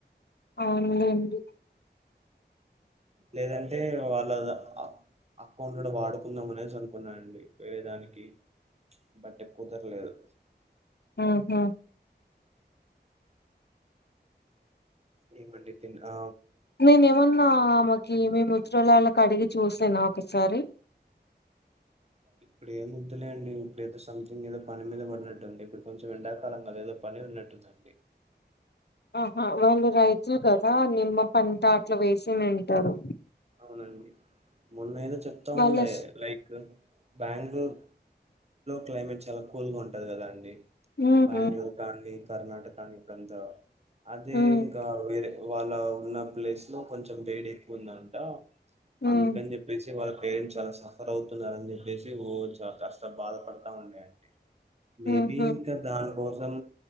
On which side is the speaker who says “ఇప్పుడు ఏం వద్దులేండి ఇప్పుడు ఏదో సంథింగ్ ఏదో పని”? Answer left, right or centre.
Right